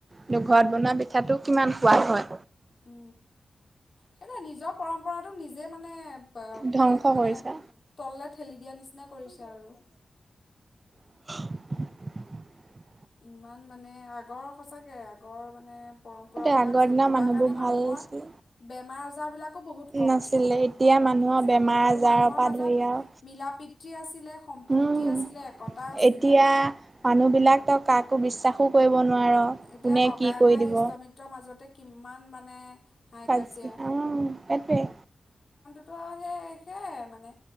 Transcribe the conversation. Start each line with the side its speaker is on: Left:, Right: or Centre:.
Right: নে ঘৰত বনোৱা পিঠাটো কিমান। সোৱাই হয়।
Left: উ সেইটো নিজৰ পৰম্পৰা। টো নিজে মানে।
Right: ধ্বংস
Left: ঠেক মানে
Right: কৰিছে।
Left: তললে ঠেলি দিয়া নিচিনা কৰিছে আৰু।
Right: <inaudible>
Left: ইমান মানে আগৰ। সঁচাকৈ আগৰ মানে। পৰম্পৰাবিলাক
Right: তে আগৰ
Left: চলি
Right: দিনৰ
Left: থকাৰ
Right: মানুহবোৰ
Left: কাৰণে মানুহৰ।
Right: ভাল আছিলে।
Left: বমাৰ আজাৰবিলাক। বহুত কম
Right: নাছিলে
Left: আছিলে
Right: এতিয়া মানুহৰ
Left: নাছিলে
Right: বেমাৰ
Left: আৰু
Right: আজাৰৰ
Left: মানুহৰ
Right: পৰা
Left: মাজত
Right: ধৰি আৰু
Left: মিল প্ৰীতি আছিলে সম্প্ৰীতি
Right: উম
Left: আছিলে একতা আছিলে।
Right: এতিয়া মানুহ বিলাক তই কাকো বিশ্বাসো কৰিব। কব নোৱাৰ
Left: এতিয়া
Right: কোনে
Left: ককাই
Right: কি কৰি
Left: ভাই
Right: দিব।
Left: ইষ্টমিত্ৰৰ মাজতে কিমান মানে। হাই
Right: উম
Left: কাজিয়া
Right: সেইটোৱে।
Left: তো সেই সেয়াই মানে।